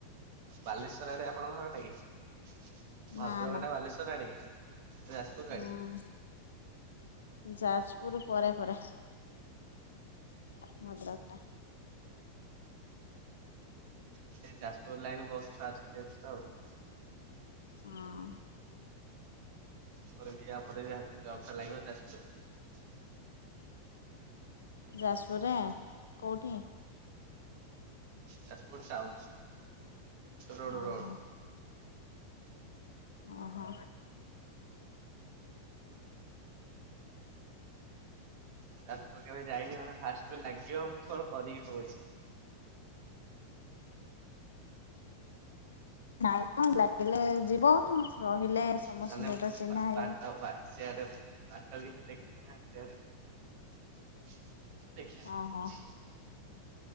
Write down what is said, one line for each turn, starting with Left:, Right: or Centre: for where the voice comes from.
Right: ବାଲେଶ୍ୱର ଆଡ଼େ ଆପଣଙ୍କ ଘର ଟା କି ଭଦ୍ରକ
Left: ନା ନା
Right: ଟା ବାଲେଶ୍ଵର ଆଡ଼େ କି? ଯାଜପୁର
Left: ହୁଁ
Right: ଆଡେ
Left: ଯାଜପୁର ପରେ ପରେ ଭଦ୍ରକଟା।
Right: ସେ ଯାଜପୁର ଲାଇନି ବହୁତ ଛୁଆ ଅଛନ୍ତି ଏ ତ ଆଉ
Left: ହଁ।
Right: ମୋର ବି ଆ ପରେ ଜବ୍ ଟା ଲାଗିବ ଯାଜପୁର।
Left: ଯାଜପୁରରା କୋଉଠି?
Right: ଯାଜପୁର ଟାଉନ୍ ରୋଡ଼
Left: ଓହୋ
Right: ରୋଡ଼
Left: ଓ ହୋ।
Right: ଯାଜପୁର କେବେ ଯାଇନି ମାନେ ଫାଷ୍ଟ ଲାଗିବ ମୁଁ କଣ କରି ଭାବୁଚି।
Left: ନାଇଁ କଣ ଲାଗିଲେ ଯିବ ରହିଲେ ସମସ୍ତଙ୍କ
Right: ମାନେ
Left: ସହିତ
Right: ମୁଁ
Left: ଚିହ୍ନା ହେଇଗଲେ
Right: ବାଟ ବା ସେଆଡ଼େ ବାଟ କିଛି ଦେଖିନି ନାଁ ସିଆଡ଼େ ଦେଖିବା କଣ
Left: ଓହୋ
Right: ହଉଚି